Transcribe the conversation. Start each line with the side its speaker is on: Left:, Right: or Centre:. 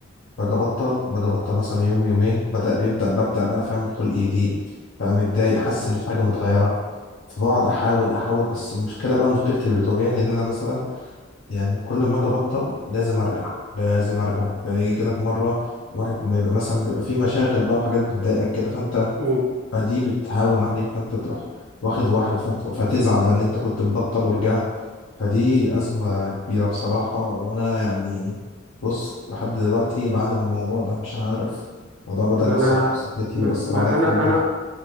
Left: باجي ابطل باجي ابطل مثلا يوم يومين بدا بيبدا ببدا بقى فاهم خلقي يضيق بقى متضايق حاسس ان في حاجه متغيره فبقعد احاول احاول بس المشكله بقى مشكلتي اللي بتواجهني ان انا مثلا يعني كل ما اجي ابطل لازم ارجع لازم ارجع باجي كده في مره واحد ما يبقى مثلا بيبقى في مشاغل بقى وحاجات بتضايقك كده فانت
Right: مم.
Left: فدي بتهون عليك فانت تروح واخد واحد فت- فتزعل بقى ان انت كنت مبطل ورجعت فدي أزمة كبيرة بصراحة وأنا يعني بص لحد دلوقتي بعاني من الموضوع ده مش عارف الموضوع بدأ
Right: ما
Left: يأثر
Right: أنا
Left: عليا في صحتي
Right: ما...
Left: ويأثر
Right: ما
Left: عليا في
Right: أنا
Left: كل حاجة
Right: أنا